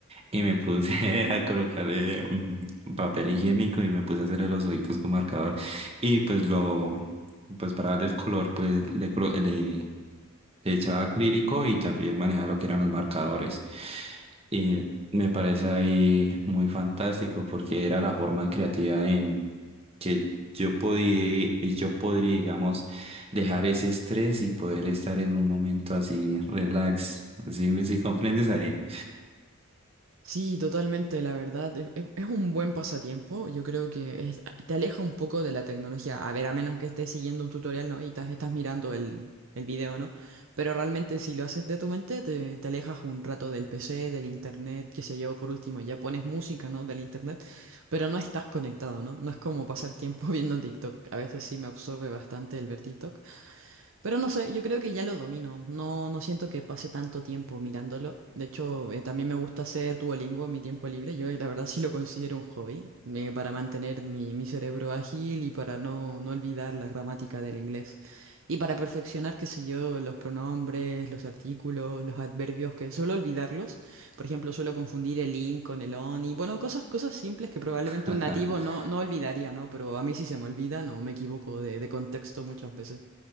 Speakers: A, on the right; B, on the right.
A: y me puse <laughs> a colocarle mm, papel higiénico y me puse a hacerle los ojitos con marcador. Y pues lo, pues para darle el color, pues le, colo- le le echaba acrílico y también manejaba lo que eran los marcadores. Y me parece ahí muy fantástico porque era la forma creativa en que yo podía, yo podría, digamos, dejar ese estrés y poder estar en un momento así relax. ¿Sí, sí comprendes ahí?
B: Sí, totalmente, la verdad. Es, es- es un buen pasatiempo. Yo creo que es- te aleja un poco de la tecnología. A ver, a menos que estés siguiendo un tutorial, ¿no? Y estás, estás mirando el, el video, ¿no? Pero realmente si lo haces de tu mente, te, te alejas un rato del PC, del internet, qué sé yo, por último, ya pones música, ¿no? Del internet, pero no estás conectado, ¿no? No es como pasar tiempo <laughs> viendo TikTok. A veces sí me absorbe bastante el ver TikTok. Pero no sé, yo creo que ya lo domino. No, no siento que pase tanto tiempo mirándolo. De hecho, eh, también me gusta hacer Duolingo en mi tiempo libre. Yo eh, la verdad sí lo considero un hobby, eh, para mantener mi, mi cerebro ágil y para no, no olvidar la gramática del inglés. Y para perfeccionar, qué sé yo, los pronombres, los artículos, los adverbios, que suelo olvidarlos. Por ejemplo, suelo confundir el in con el on y bueno, cosas, cosas simples que probablemente
A: <laughs>
B: un nativo no, no olvidaría, ¿no? Pero a mí sí se me olvida, no me equivoco de de contexto muchas veces.